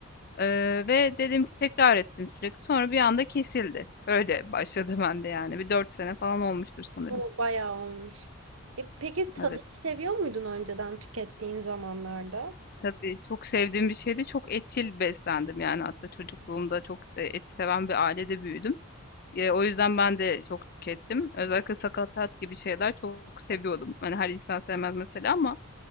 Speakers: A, on the left; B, on the right.
A: E, ve dedim ki tekrar ettim sürekli. Sonra bir anda kesildi. Öyle başladı <laughs> bende yani. Bir dört sene falan olmuştur sanırım.
B: O bayağı olmuş. E, peki tadını
A: Evet.
B: seviyor muydun önceden tükettiğin zamanlarda?
A: Tabii çok sevdiğim bir şeydi. Çok etçil beslendim yani hatta çocukluğumda çok se- eti seven bir ailede büyüdüm. E, o yüzden ben de çok tükettim. Özellikle sakatat gibi şeyler çok seviyordum. Hani her insan sevmez mesela ama